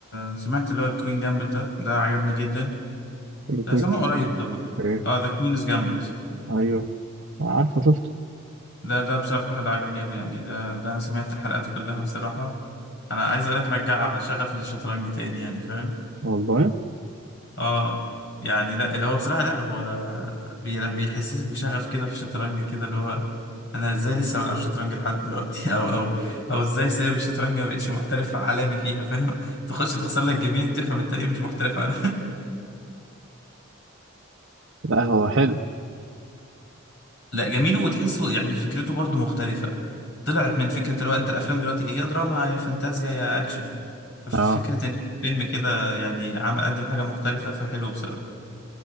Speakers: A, on the left (about 55°); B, on the right (about 55°).
A: سمعت اللي هو الكوين جامبت ده ده عجبني جدا
B: اللي كويس
A: ده سامعه قريب
B: يعني.
A: ده برضه
B: ايه
A: اه ذا كوينز جامبت
B: ايوه عارفه شفته
A: ده ده بصراحة ده عجبني أوي يعني ده ده أنا سمعت الحلقات كلها بصراحة أنا عايز أقولك رجع شغفي للشطرنج تاني يعني فاهم
B: والله
A: اه يعني لا اللي هو بصراحة لا هو بي- بيحسسك بشغف كده في الشطرنج كده اللي هو انا ازاي لسه ما بلعبش شطرنج لحد دلوقتي <laughs> او او او ازاي سايب الشطرنج ما بقتش محترف عالمي فيها <laughs> فاهم تخش تخسر لك جيمين تفهم انت ليه مش محترف عالمي
B: لا هو حلو
A: <laughs> لا جميل وتحسه يعني فكرته برضو مختلفة طلعت من فكرة اللي هو انت الافلام دلوقتي ايه يا دراما يا فانتازيا يا اكشن ففي
B: اه
A: فكرة ان فيلم كده يعني عم قدم حاجة مختلفة فحلو بصراحة